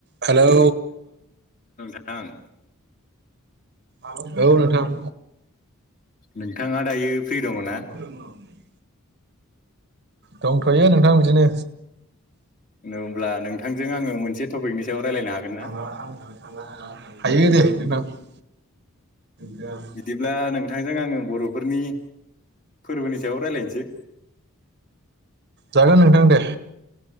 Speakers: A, on the right; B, on the left.
A: हेलौ
B: ओं
A: औ नोंथां
B: नोंथाङा दायो फ्रि दङ ना?
A: <unintelligible> दंथ'यो नोंथां बिदिनो
B: हो होमब्ला नोंथांजों आङो मोनसे टपिकनि सायाव रायज्लायनो हागोन ना
A: ओ हागोन हागोन हायो दे नोंथां बिा <unintelligible>
B: बिदिब्ला नोंथांजों आङो बर'फोरनि फोरबोनि सायाव रायज्लायनोसै
A: जागोन नोंथां दे